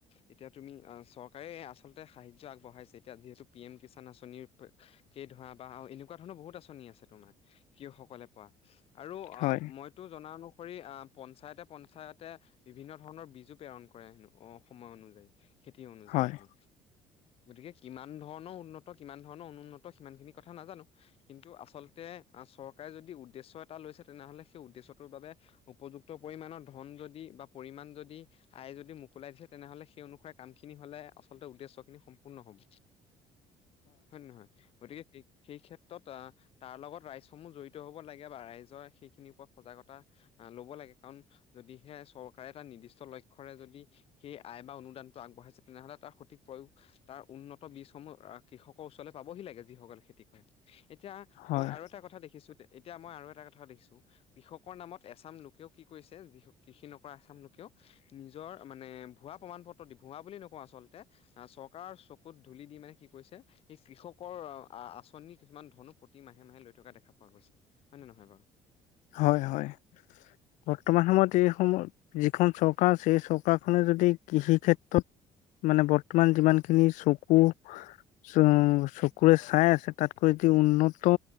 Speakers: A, on the left; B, on the left.
A: এতিয়া তুমি, চৰকাৰে আচলতে সাহা্য আগবঢ়াইছে এতিয়া যিহেতু পি এম কিষাণ আঁচনিৰ প কেই ধৰা বা এনেকুৱা ধৰণৰ বহুত আঁচনি আছে তোমাৰ কৃষক সকলে পোৱা আৰু অ
B: হয়
A: মই জনা অনুসৰি পঞ্চায়তে পঞ্চায়তে বিভিন্ন ধৰণৰ বীজো প্ৰেৰণ কৰে হেনো অ সময় অনুযায়ী খেতি অনুযায়ী
B: হয়
A: হেনো। গতিকে কিমান ধৰণৰ উন্নত কিমান ধৰণৰ অনুন্নত সিমানখিনি কথা নাজানো কিন্তু আচলতে চৰকাৰে যদি উদ্দেশ্য এটা লৈছে তেনেহলে সেই উদ্দেশ্য টো বাবে উপযুক্ত পৰিমণৰ ধন যদি বা পৰিমাণ যদি আয়ে যদি মোকলাই দিছে তেনেহলে সেই অনুসাৰে কাম খিনি হলে আচলতে উদ্দেশ্য খিনি সম্পূৰ্ণ হব। হয় নহয় গতিকে সেই- সেই ক্ষেত্ৰত অ তাৰ লগত ৰাইজসমূহ জড়িত হ'ব লাগে বা ৰাইজৰ সেইখিনিৰ ওপৰত সজাগতা ল'ব লাগে কাৰণ যদিহে চৰকাৰে এটা নিৰ্দিষ্ট লক্ষ্য়ৰে যদি সেই আয় বা অনুদানটো আগবঢ়াইছে তেনেহলে তাৰ সঠিক প্ৰয়োগ তাৰ উন্নত বীজসমূহ আহ কৃষকৰ ওচৰলৈ পাবহি লাগে যিসকলে খেতি কৰে। এতিয়া
B: হয়।
A: মই আৰু এটা কথা দেখিছো, এতিয়া মই এটা দেখিছো কৃষকৰ নামত এচাম লোকেও কি কৰিছে যি হক কৃষি নকৰা এচাম লোকেও নিজৰ মানে ভুৱা প্ৰমাণ পত্ৰ দি ভুৱা বুলি নকওঁ আচলতে। আ চৰকাৰৰ চকুত ধূলি দি মানে সি কৈছে এই কৃষকৰ আ-আঁচনি কিছুমান ধনো প্ৰতি মাহে-মাহে লৈ থকা দেখা পোৱা গৈছে, হয় নে নহয় বাৰু?
B: হয়, হয়। বৰ্তমান সময়ত এইসময় যিখন চৰকাৰ ছেই চকাৰখনে যদি কৃষি ক্ষেত্ৰত মানে বৰ্তমান যিমানখিনি চকু চ-চকুৰে চাই আছে তাতকৈ দি উন্নত